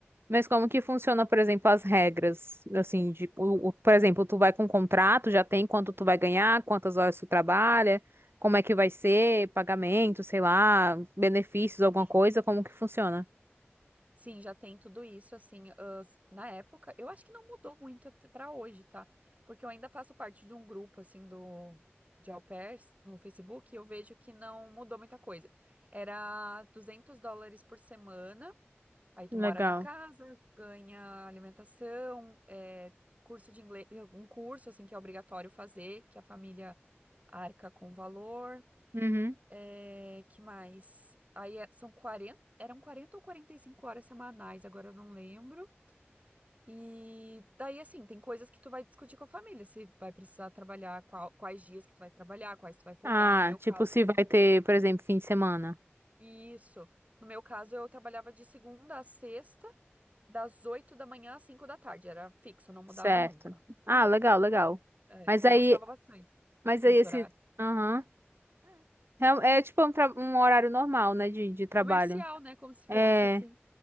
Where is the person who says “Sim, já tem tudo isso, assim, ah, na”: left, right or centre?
Right